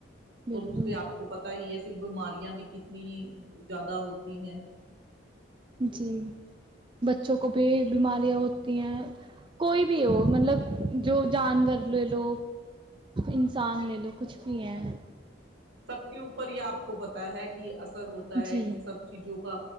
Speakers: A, on the right (about 25°); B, on the right (about 70°).
A: بالکل
B: اور اس سے آپ کو پتا ہی ہے پھر بیماریاں بھی کتنی زیادہ ہوتی ہیں
A: جی بچوں کو بھی بیماریاں ہوتی ہیں کوئی بھی ہو مطلب جو جانور لے لو انسان لے لو کچھ بھی ہیں
B: سب کے اوپر یہ آپ کو پتا ہے کہ ثر ہوتا ہے
A: جی
B: ان سب چیزوں کا